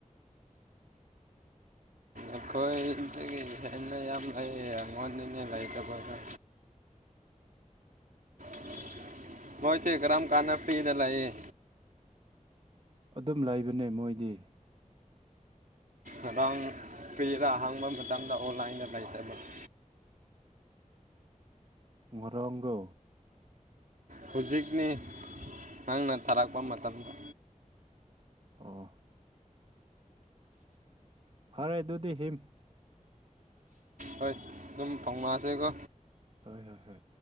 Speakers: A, on the right; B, on the right.
A: ꯑꯩꯈꯣꯏꯗꯒꯤ ꯍꯦꯟꯅ ꯌꯥꯝ ꯂꯩ ꯑꯩꯉꯣꯟꯗꯅꯦ ꯂꯩꯇꯕꯗ <unintelligible> ꯃꯣꯏꯁ ꯀꯔꯝ ꯀꯥꯟꯅ ꯐꯤꯗ ꯂꯩꯑꯌꯦ
B: ꯑꯗꯨꯝ ꯂꯩꯕꯅꯦ ꯃꯣꯏꯗꯤ
A: ꯉꯥꯡ ꯄ꯭ꯤꯔ ꯍꯥꯡꯕ ꯃꯇꯝꯗ ꯑꯣꯟꯂꯥꯏꯟꯗ ꯂꯩꯇꯕ <unintelligible>
B: ꯉꯔꯝꯗ
A: ꯍꯧꯖꯤꯛꯅꯤ ꯅꯪꯅ ꯊꯥꯔꯛꯄ ꯃꯇꯝꯗ
B: ꯑ ꯐꯔꯦ ꯑꯗꯨꯗꯤ ꯍꯤꯝ
A: ꯍꯣꯏ ꯑꯗꯨꯝ ꯐꯥꯎꯅꯛꯑꯁꯤꯦꯀꯣ
B: ꯍꯣꯏ ꯍꯣꯏ ꯍ